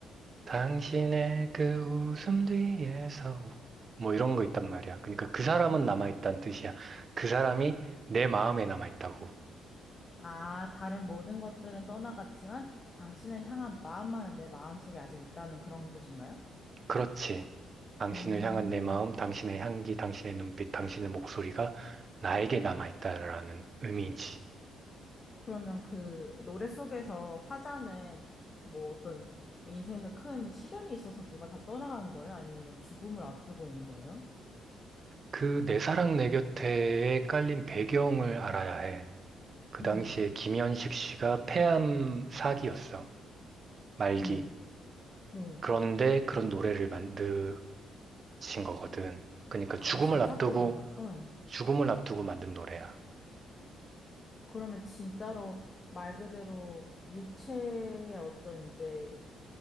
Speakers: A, on the right; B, on the left.
A: 당신의 그 웃음 뒤에서 웃- 뭐 이런 거 있단 말이야. 그러니까 그 사람은
B: 네.
A: 남아있다는 뜻이야. 그 사람이 내 마음에 남아있다고.
B: 아, 다른 모든 것들은 떠나갔지만 당신을 향한 마음만은 내 마음속에 아직 있다는 그런 뜻인가요?
A: 그렇지. 당신을
B: 음,
A: 향한 내 마음, 당신의 향기, 당신의 눈빛, 당신의 목소리가 나에게 남아있다라는 의미인지.
B: 그러면 그 노래 속에서 화자는 뭐 어떤 인생에서 큰 시련이 있어서 누가 다 떠나간 거예요? 아니면 죽음을 앞두고 있는 거예요?
A: 그 내 사랑 내 곁에에 깔린 배경을 알아야 해. 그
B: 음.
A: 당시에 김현식 씨가 폐암 사기였어. 말기.
B: 어머, 네.
A: 그런데 그런 노래를 만드신 거거든. 그러니까 죽음을
B: 아, 자작곡인가?
A: 앞두고,
B: 네.
A: 죽음을 앞두고 만든 노래야.
B: 그러면 진짜로 말 그대로 육체의 어떤 이제